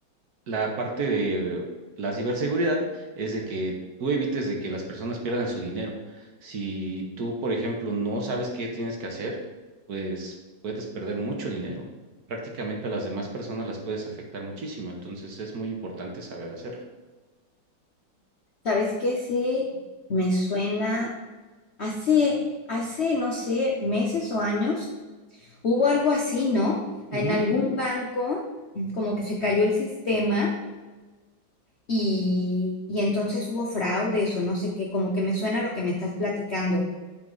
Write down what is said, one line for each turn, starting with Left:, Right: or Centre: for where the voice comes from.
Right: la parte de la ciberseguridad es de que tú evites de que las personas pierdan su dinero. Si tú, por ejemplo, no sabes qué tienes que hacer, pues puedes perder mucho dinero. Prácticamente a las demás personas las puedes afectar muchísimo. Entonces es muy importante saber hacerlo.
Left: ¿Sabes qué? Sí, me suena. Hace, hace, no sé, meses o años. Hubo algo así, ¿no?
Right: Ujú.
Left: En algún banco, como que se cayó el sistema y, y entonces hubo fraudes o no sé qué, como que me suena lo que me estás platicando.